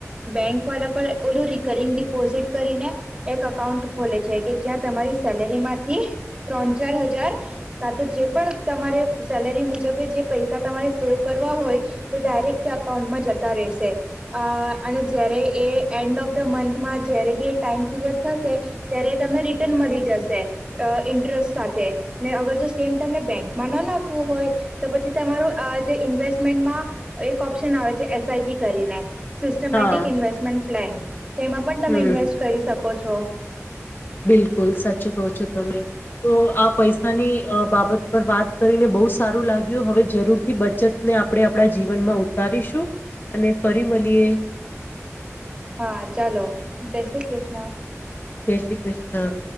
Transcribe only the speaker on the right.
બેંક વાળા પર ઓલુ રિકરિંગ ડિપોઝિટ કરીને એક અકાઉન્ટ ખોલે છે કે- જ્યાં તમારી સેલેરીમાંથી ત્રણ ચાર હજાર કા તો જે પણ તમારે સેલેરી મુજબ જે પૈસા તમારે સેવ કરવા હોય તે ડાયરેક્ટ અકાઉન્ટમા જતા રહેશે અ- અને જ્યારે એ એન્ડ ઓફ ધ મંથમા જ્યારે બી એ ટાઈમ પીરિયડ થશે ત્યારે તમને રી ટન મળી જશે અ ઇન્ટરેસ્ટ સાથે ને અગર જો સેમ તમને બેંકમા ન નાખવુ હોય તો પછી તમારું આ જે ઇન્વેસ્ટમેન્ટમા એક ઓપ્શન આવે છે એસઆઈપી કરીને સિસ્ટમેટિક
ઇન્વેસ્ટમેન્ટ પ્લેન તેમા પણ તમે
ઇન્વેસ્ટ કરી શકો છો
હા ચાલો જય શ્રી કૃષ્ણ